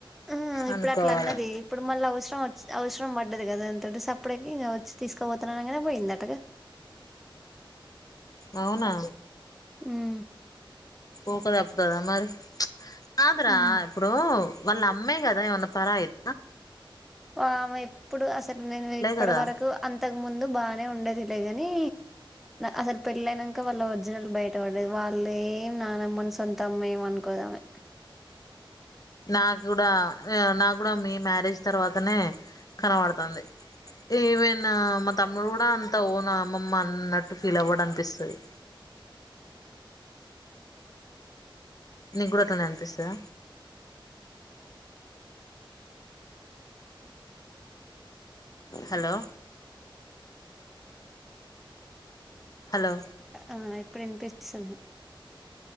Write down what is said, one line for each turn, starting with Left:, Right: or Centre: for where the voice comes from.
Centre: ఆ ఇప్పుడు
Left: అనుకోవాలి
Centre: అట్లా అన్నది ఇప్పుడు మళ్ళీ అవసరం అవసరం పడింది కదా అయనతోటి సప్పుడేకా ఇగ తీసుకోపోతున్నానగానే పోయింది అటగ
Left: అవునా
Centre: ఉమ్
Left: పోక తప్పుతాద మరి కాదురా
Centre: ఉమ్
Left: ఇప్పుడు వాళ్ళ అమ్మే కదా ఏమన్నా పరాయిద
Centre: ఆమె ఎప్పుడు అసలు నేను ఇప్పటి
Left: కదా
Centre: వరకు అంతకు ముందు బాగానే ఉండేది లేగాని అసలు పెళ్ళయినాక వాళ్ళ ఒరిజినల్ బై బయట్టపడది వాళ్ళు ఏం నానమ్మని సొంత అమ్మ ఏమ అనుకోదాం ఆమె
Left: నాకు కూడా నా కూడ మీ మ్యారేజ్ తర్వాతనే కనబడతంది ఈవెన్ మా తమ్ముడు కూడా అంత ఓనా అమ్మమ్మ అన్నట్టు ఫీల్ అవ్వడం అనిపిస్తుంది నీకు కూడ అట్లానే అనిపిస్తంద హలో హలో
Centre: ఆ ఇప్పుడు ఇనిపిస్తుంది